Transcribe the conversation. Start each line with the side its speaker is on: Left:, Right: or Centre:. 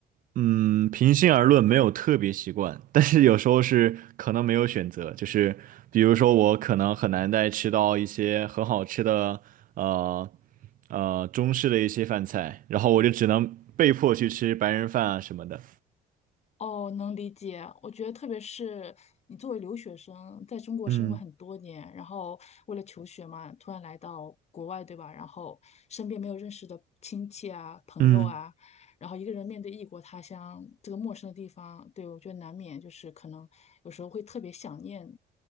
Right: 嗯，平心而论，没有特别习惯，但是有时候是可能没有选择，就是比如说我可能很难再吃到一些很好吃的，呃呃中式的一些饭菜，然后我就只能被迫去吃白人饭啊什么的。
Left: 哦，能理解。我觉得，特别是你作为留学生，在中国生活很多年，
Right: 嗯
Left: 然后为了求学嘛，突然来到国外，对吧？然后身边没有认识的亲戚啊、朋友啊，
Right: 嗯，
Left: 然后一个人面对异国他乡这个陌生的地方，对，我觉得难免就是可能有时候会特别想念